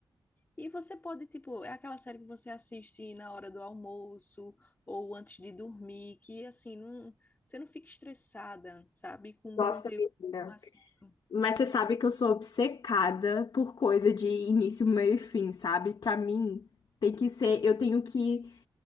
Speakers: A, on the left (about 25°); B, on the left (about 65°).
A: e você pode, tipo, é aquela série que você assiste na hora do almoço ou antes de dormir, que assim, não, você não fica estressada, sabe, com
B: Nossa,
A: o conteúdo,
B: menina.
A: com o assunto.
B: Mas você sabe que eu sou obcecada por coisa de início, meio e fim, sabe? Pra mim, tem que ser, eu tenho que,